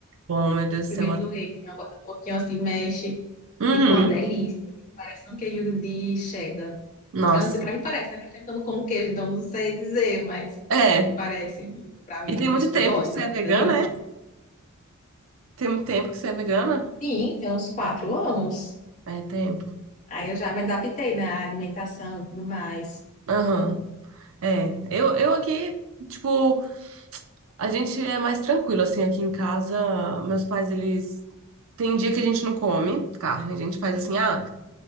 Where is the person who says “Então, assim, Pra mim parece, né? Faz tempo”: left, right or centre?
Left